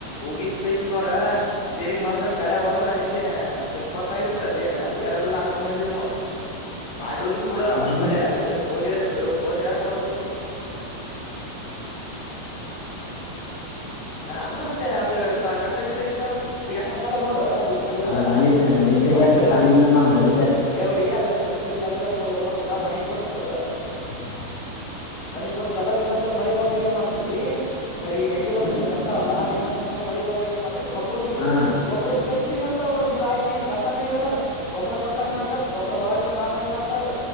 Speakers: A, on the left; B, on the left.
A: ಉಗಸಿ ಕ್ಯಾಸ ನೋಡ ತಿರಿಗಿ ಮಾಡ್ದ್ರ ಗಳೆ ಹೊಡದ್ರ ಹಂಗೆ <unintelligible> ಚಿತ್ತಪತ್ತ ಆಗಿತ್ತ ಅಲ್ಲಿ ಬೇರೆಲ್ಲ ಹರ್ಕೊ ಬಂದಿದ್ದೆ ನೋಡ. <unintelligible> ಮಾರಿ ರೋಗ ಇತ್ತು ಬಿಡು
B: ಉಗ್ಸಬಿಟ್ಟು
A: ಗಳೇ ಏನ್ ಬುದಿ ಹರಿ <unintelligible> ಯೋ ಬೋದಿ ಹರಿ ಹಂಗ್ ಹೊಡೆದು ಬಿಟ್ಟಿದ್ದೆ. <unintelligible> ಹ ಅಂದ್ರೆ ಮತ್ತೆ ಅದ ಕಸಗ ಸಗುತ್ತ ಈಗ ಒಂದ್ಸಲ ನೋ ಈಗ ಮಳೆಯಲ್ಲಲ್ಲ
B: ಅಲ್ಲ ನಲಿಸ ನಲಿಸದ
A: ಈ ಪಸ್
B: ಎದ್ದು
A: ಗಳೆ
B: ಸಣ್ಣ
A: ಹೊಡಿ
B: ನನಗ ಅದಕ್ಕೆ
A: ಬೆಳೆ ಹೊಡಿ ಅದ ನೆಲ್ಸಲ್ಲಿ ಎಲ್ಲ ಓ್ತದ ಒಣಿಗ್ ಬಿಡ್ತದ ಅದು
B: ಹ
A: ಮಣಿಗ್ ಬಿಡತಲ್ಲ ಇನ್ನೊಂದ್ಸಲ ಮಳಿ ಬಂದಾಗ ಏನ್ ಮಾಡ್ತಿದ್ ಈ ಗಂದ್ರ ಎತ್ತತವಲ್ಲ ಇನ್ನೊ್ಸಲ ಮಳಿ ಬಂದಾಗ ಏನ್ ಮಾಡ್ತಿವಿ ಗೊಬ್ಬರುಗಿಗಳು
B: ಹಾ
A: ಗಬ್ಬರುಗ್ಗ ಇನ್ನೊಂದಸಲ ಹೊಡ್ ಬಿಡ್ ಆಯ್ತ ಏ ಕಸ ಇರಲ್ಲ ಗೊಬ್ಬರ ಕೊಟ್ಟಂಗ್ತತ್ ಗೊಬ್ರ ಒಳಗೆ ಆದದಂಗ್ ತದ